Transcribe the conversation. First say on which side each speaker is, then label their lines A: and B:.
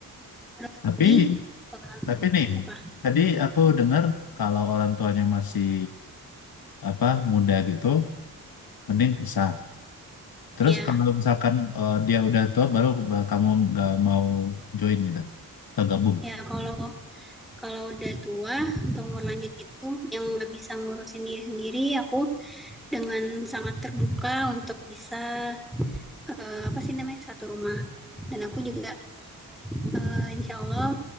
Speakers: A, in the centre; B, on the left (about 70°).
A: Terus
B: tapi
A: lagi eh,
B: tapi nih
A: apa
B: tadi aku dengar kalau orang tuanya masih apa muda gitu mending pisah terus
A: ya
B: kalau misalkan eh, dia udah tua baru ba- kamu nggak mau join gitu atau gabung
A: ya kalau kalau udah tua atau umur lanjut gitu yang nggak bisa ngurusin diri sendiri aku dengan sangat terbuka untuk bisa eh, apa sih namanya satu rumah dan aku juga eh, insya Allah